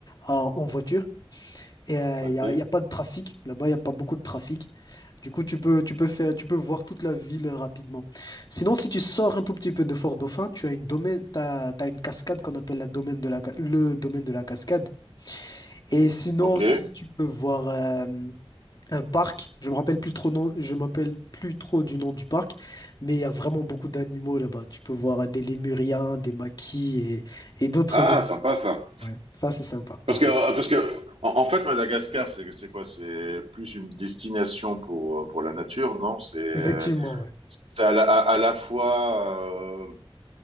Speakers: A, on the left (about 45°); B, on the right (about 75°).
A: en, en voiture. Et euh,
B: Ok.
A: il n'y a, y a pas de trafic. Là-bas, il n'y a pas beaucoup de trafic. Du coup, tu peux, tu peux faire, tu peux voir toute la ville euh, rapidement. Sinon, si tu sors un tout petit peu de Fort-Dauphin, tu as une domaine, t'as, t'as une cascade qu'on appelle la domaine de la, ca- le domaine de la cascade. Et sinon
B: Ok.
A: aussi, tu peux voir euh, un parc. Je me rappelle plus trop nom, je m'appelle plus trop du nom du parc, mais il y a vraiment beaucoup d'animaux là-bas. Tu peux voir euh, des lémuriens, des maquis et, et d'autres.
B: Ah,
A: an-
B: sympa ça.
A: Ouais, ça c'est sympa par
B: Parce que,
A: contre.
B: parce que en, en fait, Madagascar, c'est c'est quoi? C'est plus une destination pour, euh, pour la nature, non? C'est
A: Effectivement, ouais.
B: c'est à la, à, à la fois. euh,